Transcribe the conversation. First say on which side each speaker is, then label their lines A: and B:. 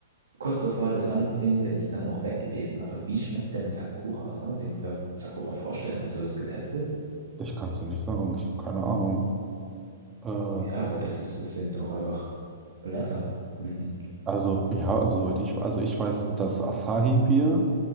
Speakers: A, on the right; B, on the right.
A: kurz bevor das anfing, bin ich dann auch weg gewesen. Aber wie schmeckt denn Sakura? Was kann man sich unter Sakura vorstellen? Hast du das getestet?
B: Ich kann es dir nicht sagen, ich habe keine Ahnung. Äh,
A: Ja, weil das ist, das sind doch einfach Blätter, Blüten.
B: Also, ja, also, soweit ich, also ich weiß, das Asahi-Bier,